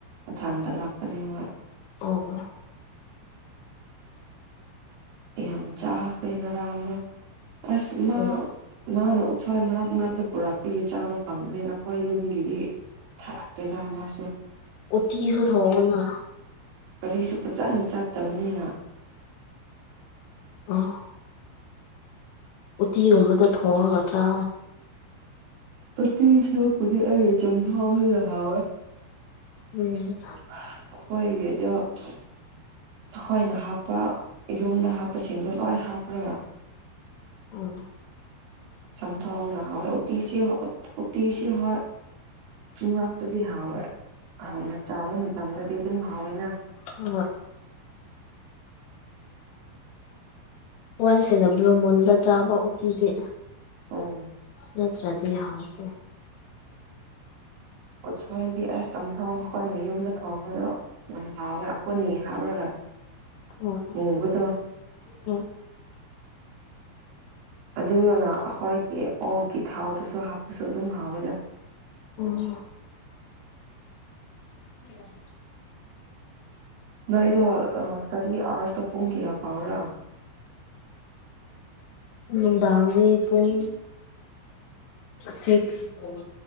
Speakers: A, on the right; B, on the left.
A: ꯑꯣ ꯊꯗ ꯂꯄꯅꯦ ꯋꯥ
B: ꯑꯣ ꯑꯣ
A: ꯌꯥꯝꯆꯥꯈ ꯔꯥꯡꯒ ꯑꯁ ꯃꯥ
B: ꯑꯣ
A: ꯃꯥꯅ ꯎꯁꯥꯏ ꯃꯔꯛ ꯃꯔꯛꯇ ꯄꯨꯔꯛꯄꯒꯤ ꯆꯥꯕ ꯐꯪꯗꯅꯤꯅ ꯑꯩꯈꯣꯏ ꯌꯨꯝꯒꯤꯗꯤ ꯊꯔꯛꯇꯗꯝꯅꯁꯦ
B: ꯑꯣꯇꯁꯨ ꯊꯣꯡꯑꯣꯅ
A: ꯀꯔꯤꯁꯨ ꯐꯖꯅ ꯆꯠꯇꯕꯅꯤꯅ
B: ꯑ ꯎꯇꯤꯒꯃꯗ ꯊꯣꯡꯉꯒ ꯆ
A: ꯑꯁꯔꯨꯄꯗꯤ ꯑꯔ ꯆꯝꯊ ꯔꯍꯥ
B: ꯎꯝ
A: ꯑꯩꯈꯣꯏꯒꯤꯗꯣ ꯑꯩꯈꯣꯏꯅ ꯍꯥꯞꯄ ꯌꯨꯝꯗ ꯍꯥꯞꯄꯁꯤꯡꯗꯣ ꯂꯣꯏ ꯍꯥꯞꯄ꯭ꯔꯒ
B: ꯎꯝ
A: ꯆꯝꯊꯣꯡꯅꯍꯋꯦ ꯑꯇꯤꯁ ꯑꯇꯤꯁ ꯍ ꯌꯨꯝ ꯉꯥꯛꯇꯗꯤ ꯍꯥꯎꯋꯦ ꯍꯥꯟꯅ ꯆꯥꯕ ꯃꯇꯝꯗꯗꯤ ꯑꯗꯨꯝ ꯍꯥꯎꯋꯦꯅ
B: ꯍ ꯋꯥꯟꯁꯅ ꯕ꯭ꯂꯨ ꯃꯨꯟꯗ ꯆꯥꯕ ꯎꯇꯤꯗꯤ
A: ꯎꯝ
B: ꯌꯥꯠꯇ꯭ꯔꯥꯗꯍꯒ
A: ꯎꯁꯣꯏꯗꯤ ꯑꯁ ꯑꯗꯨꯝ ꯊꯣꯡꯉꯈꯣꯏꯅ ꯌꯨꯝꯗ ꯊꯣꯡꯕꯗꯣ ꯌꯥꯝ ꯍꯥꯎꯋꯦ ꯑꯀꯣꯟꯅꯤ ꯍꯥꯞꯂꯒ
B: ꯍꯣꯏ
A: ꯃꯨꯕꯗꯣ
B: ꯍꯣꯏ
A: ꯑꯗꯨꯅ ꯑꯩꯈꯣꯏꯒꯤ ꯑꯣꯛꯒꯤ ꯊꯥꯎꯗꯁꯨ ꯍꯥꯞꯄꯁꯨ ꯑꯗꯨꯝ ꯍꯥꯎꯋꯦꯗ
B: ꯑꯣꯝ ꯎꯝ
A: ꯅꯣꯏꯗꯣ ꯏꯁꯇꯗꯤ ꯑꯥꯋꯥꯔꯁꯇꯣ ꯄꯨꯡ ꯀꯌꯥ ꯐꯥꯎꯔꯥ
B: ꯅꯨꯡꯗꯥꯡꯒꯤ ꯄꯨꯡ ꯁꯤꯛꯁ